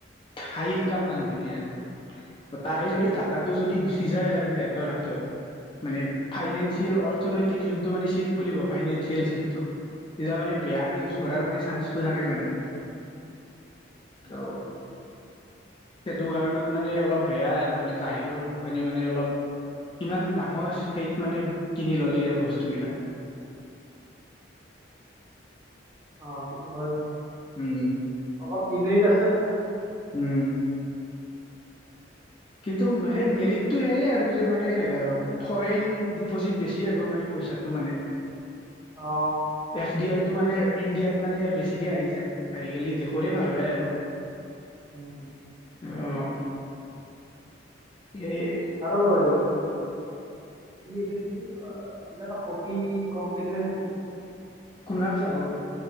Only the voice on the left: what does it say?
হাই
ইনকাম মানুহখিনি আৰু ত তাৰে যদি
ডাটা যদি গছি যায় আৰু সিহতৰ হাতত মানে ফাইনেঞ্চিয়েল অৰ্থনৈতিক জনাটো চিট বুলি ক ফাইনেিয়েল চিতটো তেতিয়া মানে বেয়াকে ইউছ
কৰাৰ মানে চানটো থাকে মানে
অ'। সেইটো কাৰণত মানে অলপ বেয়া আৰু মানে বাহিৰৰ কোম্পানী মানে অলপ ইমান ডাঙৰ সেইত মানে কিনি ললি আৰু বস্তুগিলা।
উম
উম। কিন্তু সেই মেৰিটটো সেয়ে আৰু যে মানে ফৰেইন ডিপ'জিট বেছিয়ে আহিব মানে পইচাটো। টো মানে,
এফ ডি আইটো মানে ইণ্ডিয়াত মানে বেছিকৈ আহি যায়। আহি গেলি দেশোৰে ভাল হয় আৰু।
অ, <unintelligible>
কুণাল চাহৰ?